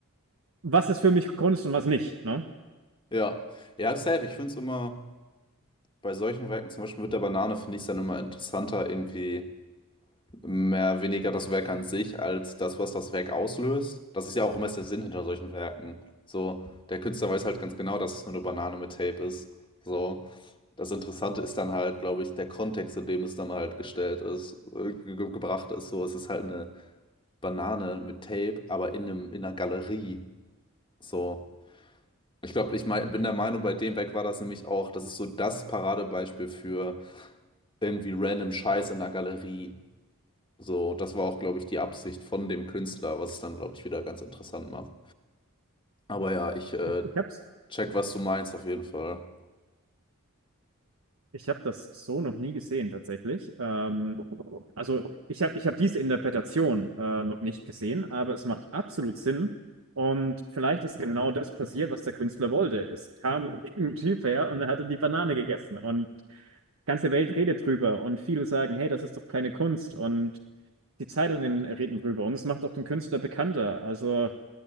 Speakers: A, on the right; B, on the left.
A: was ist für mich Kunst und was nicht, ne?
B: Ja, ja, safe. Ich finde es immer bei solchen Werken, zum Beispiel mit der Banane, finde ich es dann immer interessanter, irgendwie mehr weniger das Werk an sich als das, was das Werk auslöst. Das ist ja auch meist der Sinn hinter solchen Werken. So, der Künstler weiß halt ganz genau, dass es nur eine Banane mit Tape ist. So, das Interessante ist dann halt, glaube ich, der Kontext, in dem es dann halt gestellt ist, äh, ge gebracht ist. So, es ist halt eine Banane mit Tape, aber in einem, in einer Galerie. So. Ich glaube, ich mein, bin der Meinung, bei dem Werk war das nämlich auch, das ist so das Paradebeispiel für irgendwie random Scheiß in der Galerie. So, das war auch, glaube ich, die Absicht von dem Künstler, was es dann, glaube ich, wieder ganz interessant macht. Aber ja, ich äh,
A: Ich, ich habe
B: check, was du meinst, auf jeden Fall.
A: Ich habe das so noch nie gesehen tatsächlich. Ähm, also ich habe ich hab diese Interpretation äh, noch nicht gesehen, aber es macht absolut Sinn. Und vielleicht ist genau das passiert, was der Künstler wollte. Es kam ein Typ her und er hatte die Banane gegessen. Und die ganze Welt redet drüber. Und viele sagen, hey, das ist doch keine Kunst. Und die Zeitungen reden drüber. Und es macht auch den Künstler bekannter. Also